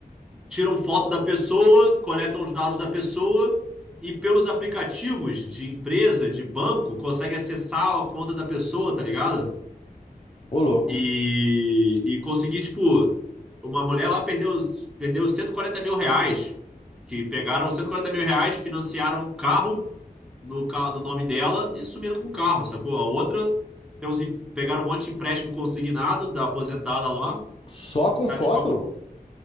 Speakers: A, in the centre; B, on the left.
A: tiram foto da pessoa, coletam os dados da pessoa e pelos aplicativos de empresa, de banco, consegue acessar a conta da pessoa, tá ligado?
B: Ô, louco.
A: E, e conseguir, tipo, uma mulher lá perdeu, perdeu cento e quarenta mil reais, que pegaram cento e quarenta mil reais, financiaram um carro no, ca- no nome dela e sumiram com o carro, sacou? A outra tem uns em- pegaram um monte de empréstimo consignado da aposentada lá,
B: Só com
A: tá,
B: foto?
A: tipo,